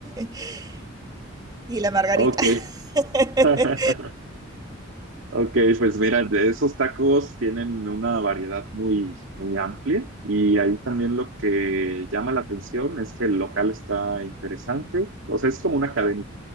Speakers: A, on the right (about 20°); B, on the right (about 75°).
A: <laughs> y la margarita.
B: Ok.
A: <laughs>
B: <laughs> Ok, pues mira, de esos tacos tienen una variedad muy, muy amplia y ahí también lo que llama la atención es que el local está interesante. O sea, es como una cadena.